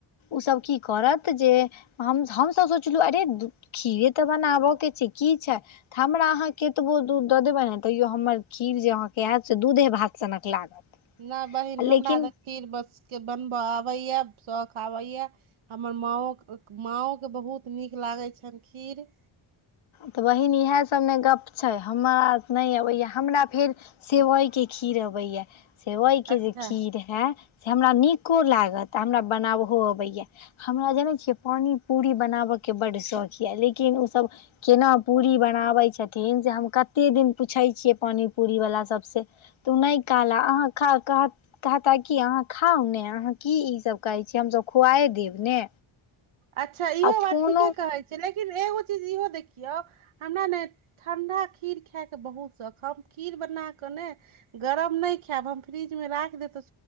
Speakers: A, on the left (about 75°); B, on the right (about 85°).
A: ओसभ की करत जे हम हमसभ सोचलहु अरे खीरे तऽ बनाबय के छै। की छैऽ हमरा अहाँ कतबो दूध दऽ देबै ने त हमर खीर जे अहाँके आयत से दूधे भात सनक लागत।
B: नहि बहिन हमरा
A: लेकिन
B: बस खीर बसके बनबय आबैए शौख आबैए हमर माँओ माँओ बहुत नीक लागै छनि खीर
A: त बहीन इएह सभमे गप्प छै। हमरा नहि अबैए हमरा फेर सेवई के खीर अबैय। सेवई के
B: अच्छा
A: जे खीर हैं हमरा नीको लागत आ हमरा बनाबहो अबैय हमरा जनै छियै पानी पूरी बनाबयके बड्ड शौक यए। लेकिन ओसभ जेना पूरी बनाबै छथिन। से हम कते दिन पूछै छियै पानी पूरी वाला सबसँ तू ने कहला अहाँ खा कात कहता कि अहाँ खाउ ने अहाँ की ईसभ कहै छियै। हमसभ खुआए देब ने
B: अच्छा इहो
A: आ
B: बात
A: फोनो
B: ठीके कहै छै। लेकिन एगो चीज इहो देखियौ हमरा ने ठण्ढा खीर खायके बहुत शौख छै खीर बना क ने गरम नहि खायब हम फ्रिज मे राख दे